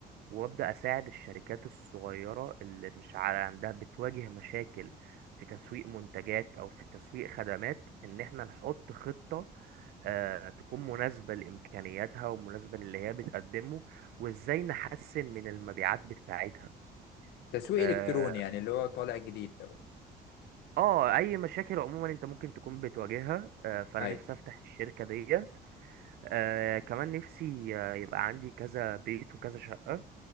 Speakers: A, on the right (about 65°); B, on the left (about 80°).
A: وابدا اساعد الشركات الصغيره اللي مش على عندها بتواجه مشاكل في تسويق منتجات او في تسويق خدمات ان احنا نحط خطه آه، تكون مناسبه لامكانياتها ومناسبه للي هي بتقدمه وازاي نحسن من المبيعات بتاعتها
B: تسويق
A: اه
B: الكتروني يعني اللي هو طالع جديد ده
A: آه، اي مشاكل عموما انت ممكن تكون بتواجهها آه، فانا
B: ايوه
A: نفسي افتح الشركه ديت آه، كمان نفسي آه، يبقى عندي كذا بيت وكذا شقه